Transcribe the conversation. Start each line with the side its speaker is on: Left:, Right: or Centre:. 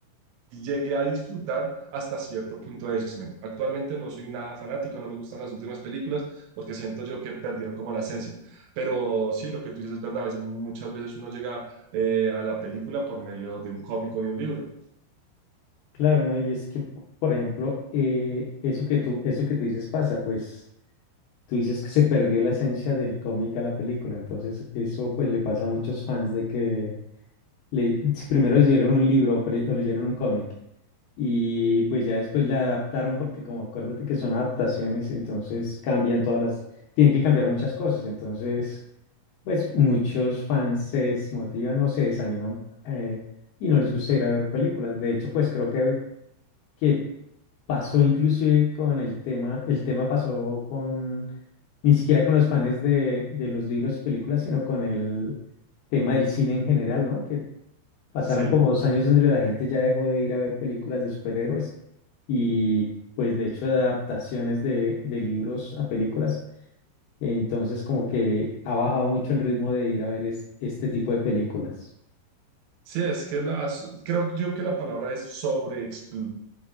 Right: llegué a disfrutar hasta cierto punto de X-Men. Actualmente no soy nada fanático, no me gustan las últimas películas porque siento yo que perdieron como la esencia. Pero sí, lo que tú dices es verdad, a veces- muchas veces uno llega eh, a la película por medio de un cómic o de un libro.
Left: Claro, ¿no? Y es que, po- por ejemplo, eh, eso que tú, eso que tú dices pasa, pues tú dices que se perdió la esencia del cómic a la película. Entonces, eso pues le pasa a muchos fans de que le, si primero leyeron un libro pre- o leyeron un cómic Y pues ya después la adaptaron porque como acuérdate que son adaptaciones, entonces cambian todas las, tienen que cambiar muchas cosas. Entonces, pues muchos fans se desmotivan o se desaniman eh, y no les gusta ir a ver películas. De hecho, pues creo que, que pasó inclusive con el tema, el tema pasó con, ni siquiera con los fans de, de los libros y películas, sino con el tema del cine en general, ¿no? que Pasaron
Right: Sí,
Left: como dos años donde la gente ya dejó de ir a ver películas de superhéroes y pues de hecho de adaptaciones de, de libros a películas. Entonces como que ha bajado mucho el ritmo de ir a ver es- este tipo de películas.
Right: sí, es que las, creo yo que la palabra es sobreexplotar.